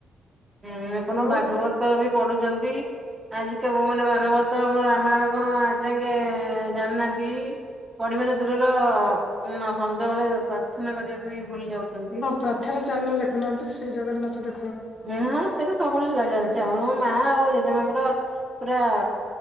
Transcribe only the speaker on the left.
ଆଉ
ପ୍ରଥର ଚ୍ୟାନେଲ ଦେଖୁନାହାନ୍ତି ଶ୍ରୀ ଜଗନ୍ନାଥ ଦେ